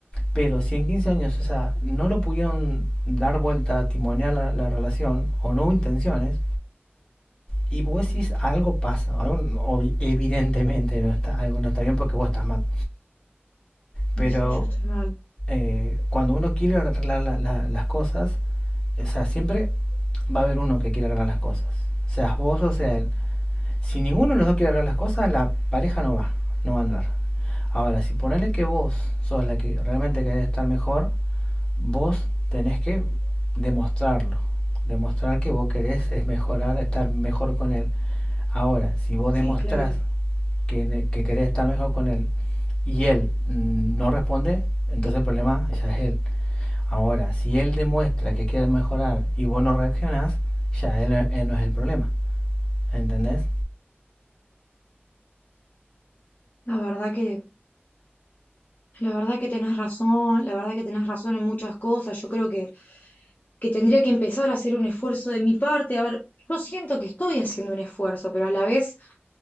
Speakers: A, on the left; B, on the left.
A: Pero si en 15 años, o sea, no lo pudieron dar vuelta, timonear la, la relación, o no hubo intenciones, y vos decís algo pasa, algo, evidentemente no está, algo no está bien porque vos estás mal.
B: Y
A: Pero
B: sí, yo estoy mal.
A: eh, cuando uno quiere arreglar la- la- las cosas, o sea, siempre va a haber uno que quiere arreglar las cosas. Seas vos o sea él. Si ninguno de los dos quiere arreglar las cosas, la pareja no va, no va a andar. Ahora, si ponele que vos sos la que realmente querés estar mejor, vos tenés que demostrarlo. Demostrar que vos querés es mejorar, estar mejor con él. Ahora, si vos
B: Sí,
A: demostrás
B: claro.
A: que, que querés estar mejor con él y él mm, no responde, entonces el problema ya es él. Ahora, si él demuestra que quiere mejorar y vos no reaccionás, ya él, él no es el problema. ¿Entendés?
B: La verdad que, la verdad que tenés razón, la verdad que tenés razón en muchas cosas. Yo creo que, que tendría que empezar a hacer un esfuerzo de mi parte. A ver, yo siento que estoy haciendo un esfuerzo, pero a la vez